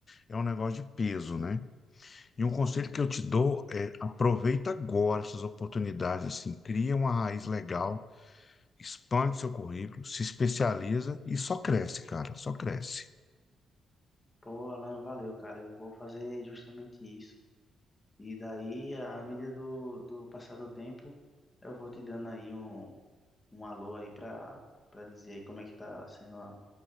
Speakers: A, on the left; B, on the left.
A: é um negócio de peso, né? E um conselho que eu te dou é aproveita agora essas oportunidades, assim, cria uma raiz legal, expande seu currículo, se especializa e só cresce, cara, só cresce.
B: Pô, Alan, valeu, cara. Eu vou fazer justamente isso. E daí, à medida do, do passar do tempo, eu vou te dando aí um, um alô aí pra, pra dizer aí como é que tá sendo a-